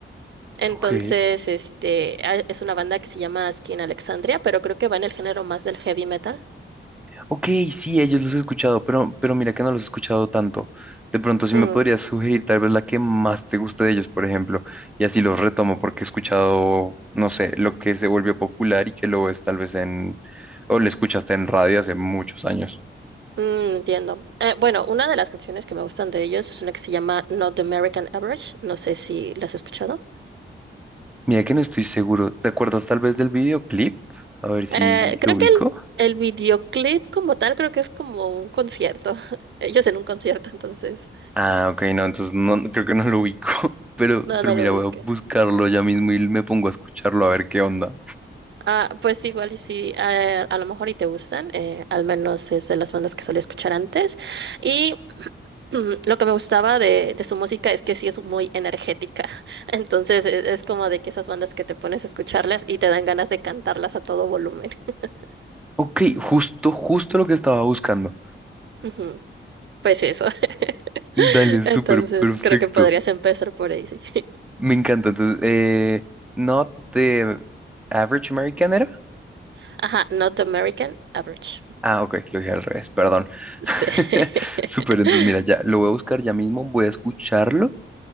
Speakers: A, on the right (about 65°); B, in the centre.
A: Entonces,
B: Ok.
A: este, a- es una banda que se llama Skin Alexandria, pero creo que va en el género más del heavy metal.
B: Ok, sí, ellos los he escuchado, pero, pero mira que no los he escuchado tanto. De pronto, sí
A: Mm.
B: me podrías sugerir tal vez la que más te guste de ellos, por ejemplo, y así los retomo porque he escuchado, no sé, lo que se volvió popular y que lo ves tal vez en, o lo escuchaste en radio hace muchos años.
A: Mm, entiendo. Eh, bueno, una de las canciones que me gustan de ellos es una que se llama Not the American Average. No sé si la has escuchado.
B: Mira que no estoy seguro. ¿Te acuerdas tal vez del videoclip? A ver si
A: Eh, creo
B: lo ubico.
A: que el, el videoclip como tal, creo que es como un concierto. <laughs> Ellos en un concierto, entonces.
B: Ah, ok, no, entonces no, no- creo que no lo ubico. <laughs> Pero,
A: No,
B: pero
A: no
B: mira,
A: lo ubicas.
B: voy a buscarlo ya mismo y me pongo a escucharlo a ver qué onda.
A: Ah, pues igual y sí, a, a lo mejor y te gustan, eh, al menos es de las bandas que solía escuchar antes. Y <clears throat> lo que me gustaba de, de su música es que sí es muy energética. <laughs> Entonces e- es, como de que esas bandas que te pones a escucharlas y te dan ganas de cantarlas a todo volumen. <laughs>
B: Ok, justo, justo lo que estaba buscando.
A: Ujú, Pues eso. <laughs>
B: Dale,
A: Entonces
B: súper perfecto.
A: creo que podrías empezar por ahí. sí.
B: Me encanta. Entonces, eh, Not the Average American era.
A: <laughs> Ajá, Not American Average.
B: Ah, ok, lo dije al revés, perdón.
A: Sí.
B: <laughs>
A: <laughs>
B: Súper, entonces mira, ya lo voy a buscar ya mismo, voy a escucharlo